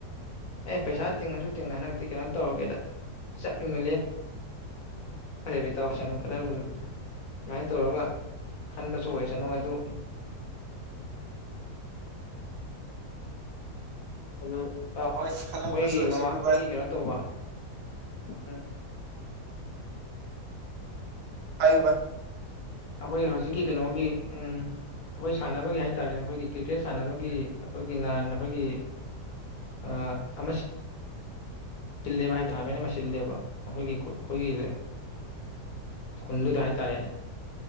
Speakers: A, on the left; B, on the right.
A: ꯑꯦ ꯄꯩꯁꯥ ꯇꯤꯡꯉꯁꯨ ꯇꯤꯡꯉ ꯍꯟꯗꯛꯇꯤ ꯀꯩꯅꯣ ꯇꯧꯔꯒꯦꯗ ꯆꯠꯂꯨꯅ ꯐꯔꯦꯕꯩ ꯇꯥꯎꯁꯅꯨ ꯈꯔꯕꯨꯁꯨ ꯑꯗꯨꯃꯥꯏꯅ ꯇꯧꯔꯒ ꯈꯟꯕꯁꯨ ꯑꯣꯏꯁꯅꯨ ꯑꯗꯨ ꯑꯗꯨ ꯑꯩꯈꯣꯏꯒꯤ
B: ꯍꯣꯏ ꯈꯜꯂꯛꯄꯁꯨ ꯑꯣꯏꯁꯅꯨ
A: ꯃꯃꯥ ꯑꯩꯈꯣꯏꯒꯤ
B: ꯚꯥꯏ
A: ꯀꯩꯅꯣ ꯇꯧꯕ ꯎ
B: ꯍꯥꯏꯥꯏꯕ
A: ꯑꯩꯈꯣꯏ ꯍꯧꯖꯤꯛꯀꯤ ꯀꯩꯅꯣꯒꯤ ꯎ ꯑꯩꯈꯣꯏ ꯁꯥꯟꯅꯕꯒꯤ ꯍꯥꯏꯇꯥꯥꯔꯦꯅꯦ ꯑꯩꯈꯣꯏꯒꯤ ꯀ꯭ꯔꯤꯀꯦꯠ ꯁꯥꯟꯅꯕꯒꯤ ꯑꯩꯈꯣꯏꯒꯤ ꯅꯍꯥꯟ ꯑꯩꯈꯣꯏꯒꯤ ꯑ ꯑꯃ ꯆꯤꯜꯂꯦꯕ ꯍꯥꯏ ꯇꯅꯥꯃꯦꯟ ꯑꯃ ꯁꯤꯤꯜꯂꯦꯕ ꯑꯩꯈꯣꯏꯒꯤ ꯈꯨꯠ ꯑꯩꯈꯣꯏꯒꯤ ꯈꯨꯟꯗꯨꯗ ꯍꯥꯏꯇꯥꯔꯦꯅꯦ